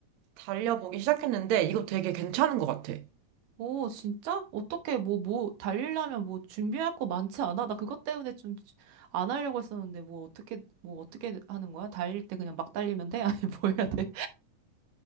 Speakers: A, on the right; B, on the right.
A: 달려보기 시작했는데 이거 되게 괜찮은 것 같아.
B: 오, 진짜? 어떻게 뭐, 뭐, 달리려면 뭐 준비할 거 많지 않아? 나 그것 때문에 좀 안 하려고 했었는데 뭐 어떻게, 뭐 어떻게 하는 거야? 달릴 때 그냥 막 달리면 돼? <laughs> 아니, 뭐 해야 돼?